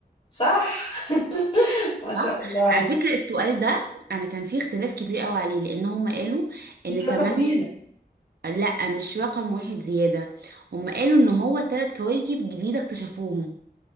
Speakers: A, on the left; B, on the right.
A: صح <laughs> ما شاء
B: صح
A: الله عليك
B: على فكرة السؤال ده أنا كان فيه اختلاف كبير قوي عليه لأن هم قالوا
A: في
B: إن
A: كوكب
B: تمانية
A: زيادة
B: لأ مش رقم واحد زيادة هم قالوا إن هو تلات كواكب جديدة اكتشفوهم